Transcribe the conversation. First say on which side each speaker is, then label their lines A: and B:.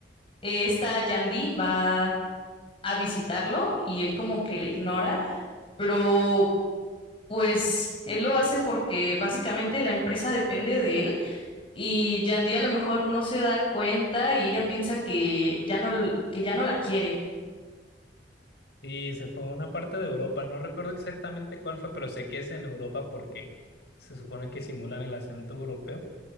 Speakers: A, on the left; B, on the left.
A: eh, esta Yandy va a visitarlo y él como que le ignora pero Pues él lo hace porque básicamente la empresa depende de él y Yandy a lo mejor no se da cuenta y ella piensa que ya no, l- que ya no la quiere.
B: Y se fue a una parte de Europa, no recuerdo exactamente cuál fue, pero sé que es en Europa porque se supone que simulan el acento europeo.